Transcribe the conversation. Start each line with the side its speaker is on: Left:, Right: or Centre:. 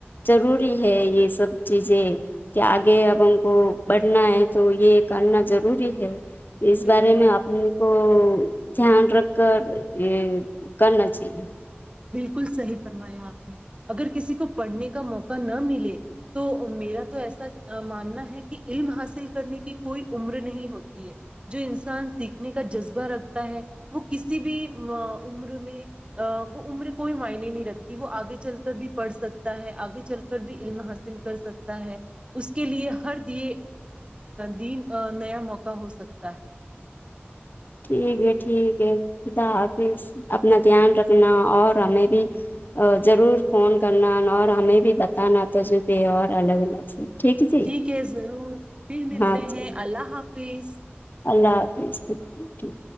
Left: ضروری ہے یہ سب چیزیں کہ آگے اب ان کو بڑھنا ہے تو یہ کرنا ضروری ہے اس
Right: بالکل
Left: بارے میں اپنے کو دھیان رکھ کر یہ کرنا چاہیے
Right: بالکل صحیح فرمایا آپ نے اگر کسی کو پڑھنے کا موقع نہ ملے تو میرا تو ایسا ماننا ہے کہ علم حاصل کرنے کی کوئی عمر نہیں ہوتی ہے جو انسان سیکھنے کا جذبہ رکھتا ہے وہ کسی بھی عمر میں وہ عمر کوئی معائنی نہیں رکھتی وہ آگے چل کر بھی پڑھ سکتا ہے آگے چل کر بھی علم حاصل کر سکتا ہے اس کے لیے ہر دی دین نیا موقع ہو سکتا ہے
Left: ٹھیک ہے ٹھیک ہے خدا حافظ اپنا دھیان رکھنا اور ہمیں بھی ضرور فون کرنا اور ہمیں بھی بتانا تجبہ اور الگ الگ سے ہے جی
Right: ٹھیک ہے ضرور پھر ملتے
Left: ہاں جی
Right: ہیں اللہ حافظ اسیس
Left: اللہ حافظ ٹھیک